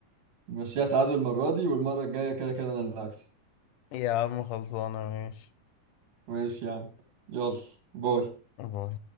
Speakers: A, on the right; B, on the left.
A: نمشيها تعادل المرة دي والمرة الجاية كده كده أنا اللي هكسب
B: يا عم خلصانة ماشي
A: ماشي يا عم يلا باي
B: باي